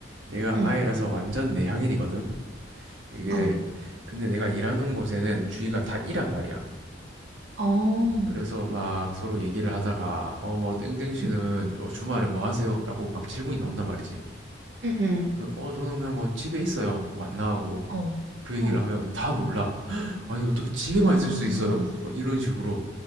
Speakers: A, on the right; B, on the right.
A: 내가
B: 응.
A: 아이라서 완전 내향인이거든? 이게,
B: 어.
A: 근데 내가 일하는 곳에는 주위가 다 이란 말이야.
B: 어.
A: 그래서 막 서로 얘기를 하다가 어 뭐 땡땡 씨는
B: 응.
A: 어, 주말에 뭐 하세요? 라고 막 질문이 나온단 말이지.
B: 응, 응.
A: 그래서 어 저는 그냥 뭐 집에 있어요. 뭐 안 나가고
B: 어.
A: 그 얘기를
B: 어.
A: 하면 다 놀라. 아니 어떻게 집에만
B: 아.
A: 있을 수 있어요? 뭐 이런 식으로